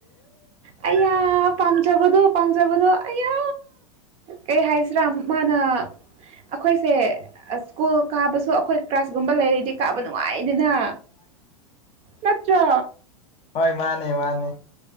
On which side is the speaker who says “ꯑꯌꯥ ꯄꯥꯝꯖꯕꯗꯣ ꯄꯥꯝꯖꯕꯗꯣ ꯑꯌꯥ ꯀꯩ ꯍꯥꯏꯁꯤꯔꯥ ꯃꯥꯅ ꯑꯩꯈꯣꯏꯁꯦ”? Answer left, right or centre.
Right